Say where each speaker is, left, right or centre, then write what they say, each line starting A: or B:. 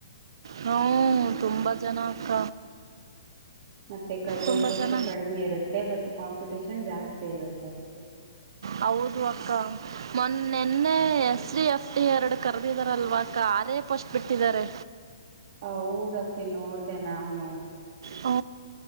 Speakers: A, on the right; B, on the right.
A: ಹ್ಮ ತುಂಬಾ ಜನ ಅಕ್ಕ
B: ಮತ್ತೆ ಕಳಿಯುವ
A: ತುಂಬ
B: ಪೋಸ್ಟ್
A: ಜನ
B: ಕಡಿಮೆ ಇರುತ್ತೆ ಬ <unintelligible> ಕಾಂಪಿಟೇಷನ್ <inaudible> ಜಾಸ್ತಿ ಇರುತ್ತ ಅಷ್ಟೆ
A: ಹೌದು ಅಕ್ಕ ಮೊನ್ನ ನಿನ್ನೆ ಎಸ್ ಎಫ್ ಎರಡು ಕದ್ದಿದ್ದಾರೆ ಅಕ್ಕ ಆರೇ ಪೋಸ್ಟ್ ಬಿಟ್ಟಿ ದ್ದಾರೆ
B: ಹೌದಪ್ಪಿ ನೋಡ್ದ ನಾನು
A: ಓ